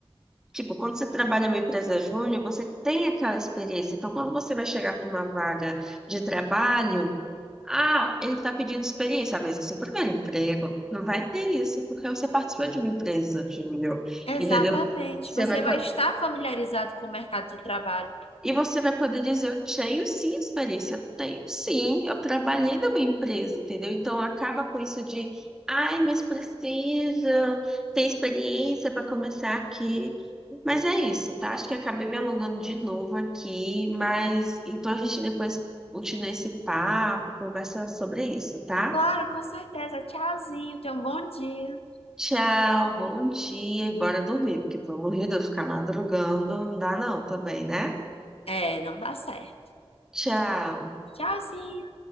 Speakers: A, in the centre; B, on the left.
A: Tipo, quando você trabalha numa empresa júnior, você tem aquela experiência. Então, quando você vai chegar para uma vaga de trabalho, ah, ele está pedindo experiência, mas é seu primeiro emprego. Não vai ter isso, porque você participou de uma empresa júnior,
B: Exatamente.
A: entendeu? Você
B: Você
A: vai,
B: vai estar familiarizado com o mercado de trabalho.
A: E você vai poder dizer, eu tenho sim experiência, eu tenho sim, eu trabalhei numa empresa, entendeu? Então acaba com isso de, ai, mas precisa ter experiência para começar aqui. Mas é isso, tá? Acho que acabei me alongando de novo aqui, mas então a gente depois continua esse papo, conversa sobre isso, tá?
B: Claro, com certeza. Tchauzinho, tenha um bom dia.
A: Tchau, bom dia e bora dormir, porque pelo amor de Deus, ficar madrugando não dá não também, né?
B: É, não dá certo.
A: Tchau.
B: Tchauzinho.